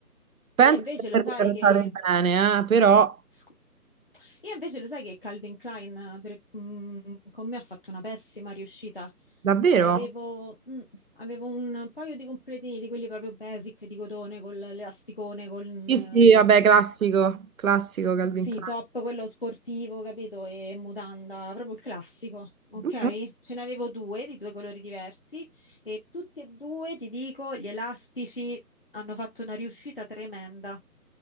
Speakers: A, on the right; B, on the left.
A: penso
B: Io invece
A: di
B: lo
A: averle
B: sai che...
A: tratate bene, eh, però
B: scu- Io invece lo sai che Calvin Klein eh, per- mm, con me ha fatto una pessima riuscita.
A: davvero?
B: Avevo, mm, avevo un paio di completini di quelli proprio basic di cotone con l'elasticone, con...
A: Sì,
B: eh,
A: sì, vabbè, classico, classico Calvin
B: Sì,
A: Klein.
B: top, quello sportivo, capito? E mutanda, proprio il classico, ok?
A: Mhm.
B: Ce n'avevo due di due colori diversi e tutti e due, ti dico, gli elastici hanno fatto una riuscita tremenda.